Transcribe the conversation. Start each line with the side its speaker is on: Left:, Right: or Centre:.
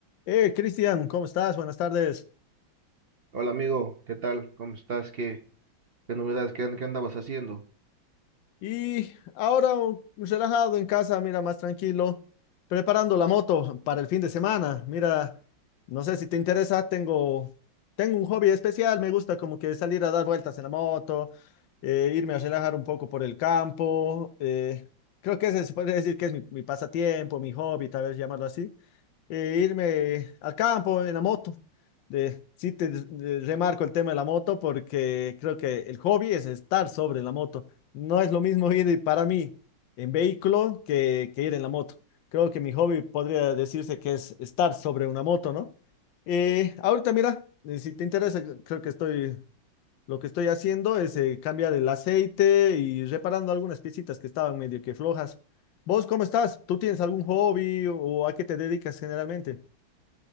Left: Eh, Cristian, ¿cómo estás? Buenas tardes.
Right: Hola amigo, ¿qué tal? ¿Cómo estás? ¿Qué, qué novedades? ¿Qué, an- qué andabas haciendo?
Left: Y ahora uh, relajado en casa, mira, más tranquilo, preparando la moto para el fin de semana. Mira, no sé si te interesa, tengo, tengo un hobby especial, me gusta como que salir a dar vueltas en la moto, eh, irme a relajar un poco por el campo. eh, creo que ese se puede decir que es mi, mi pasatiempo, mi hobby, tal vez llamarlo así. eh, irme al campo en la moto. De, sí, te eh, remarco el tema de la moto porque creo que el hobby es estar sobre la moto. No es lo mismo ir para mí en vehículo que, que ir en la moto. Creo que mi hobby podría decirse que es estar sobre una moto, ¿no? Eh, ahorita, mira, eh, si te interesa, creo que estoy, lo que estoy haciendo es eh, cambiar el aceite y reparando algunas piecitas que estaban medio que flojas. ¿Vos cómo estás? ¿Tú tienes algún hobby o a qué te dedicas generalmente?